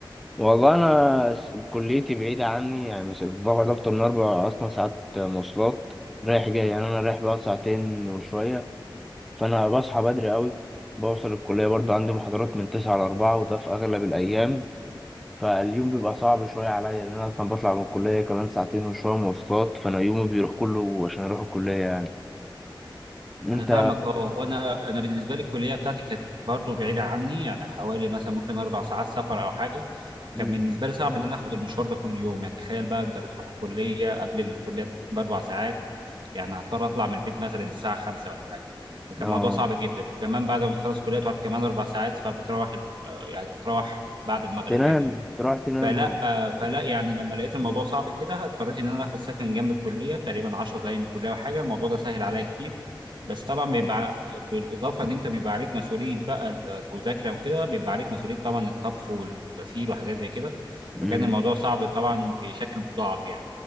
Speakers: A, in the centre; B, on the right.
A: والله انا س- كليتي بعيده عني يعني مثلا بقعد اكتر من اربع اصلا ساعات مواصلات رايح جاي يعني انا رايح بقى ساعتين وشويه فانا بصحى بدري قوي بوصل الكليه برضو عندي محاضرات من تسعة لأربعة وده في اغلب الايام فاليوم بيبقى صعب شويه عليا لان انا اصلا بطلع من الكليه كمان ساعتين وشويه مواصلات فانا يومي بيروح كله عشان اروح الكليه يعني انت
B: انا فاهمك اه وانا انا بالنسبه لي الكليه بتاعتي كانت برضو بعيده عني يعني حوالي مثلا ممكن اربع ساعات سفر او حاجه
A: مم.
B: كان بالنسبه لي صعب ان انا اخد المشوار ده كل يوم يعني تخيل بقى انت بتروح الكليه قبل الكليه باربع ساعات يعني هضطر اطلع من البيت مثلا الساعه 5 ولا حاجه فكان
A: اه
B: الموضوع صعب جدا وكمان بعد ما بتخلص الكليه تقعد كمان اربع ساعات فبتروح ال- آه، يعني بتروح بعد المغرب
A: تنام
B: كمان
A: تروح تنام
B: فلا
A: اهو
B: آه، فلا يعني لما لقيت الموضوع
A: مم.
B: صعب كده اضطريت ان انا اخد سكن جنب الكليه تقريبا 10 دقايق من الكليه وحاجه الموضوع ده سهل عليا كتير بس طبعا بيبقى بالاضافه ان انت بيبقى عليك مسؤوليه بقى المذاكره وكده بيبقى عليك مسؤوليه طبعا الطبخ والغسيل وحاجات زي كده
A: مم.
B: فكان الموضوع صعب طبعا بشكل مضاعف يعني